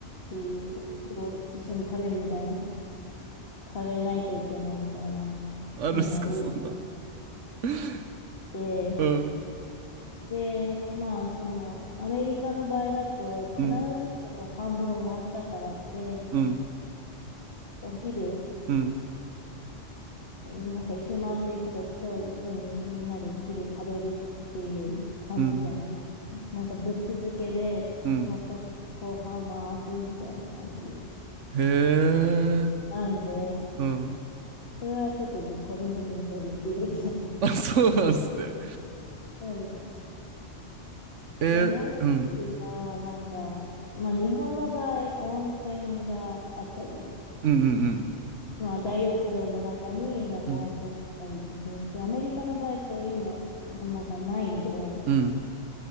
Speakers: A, on the left; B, on the right.
A: っていう、を一緒に食べるみたいな、食べないといけないみたいな
B: あるんすか、
A: 変なルール
B: そんなの。<laughs>
A: で、
B: うん
A: で、まあ、その、アメリカの場合だと、必ずしも半分終わったからって、
B: うんうん
A: お昼、
B: うん
A: なんか一緒に回ってる人たちと一緒にみんなで昼食べるっていう感じじゃない。
B: うん
A: <laughs> なんかぶっ続けで、
B: うん
A: もうその後半回るみたいな感じ
B: へえ。
A: なんで、
B: うん。
A: それはちょっとじ個人的に衝撃的でしたね。<laughs>
B: あ、そうなんすね。
A: そうです。
B: えー、
A: で、もう一つが、
B: うん
A: なんか、まあ日本の場合、温泉があったり、
B: うんうん
A: まあ、大浴場の中になんか温泉があったりってするんですけど、
B: うん
A: アメリカの場合そういうのはもうなんかないんで、
B: うん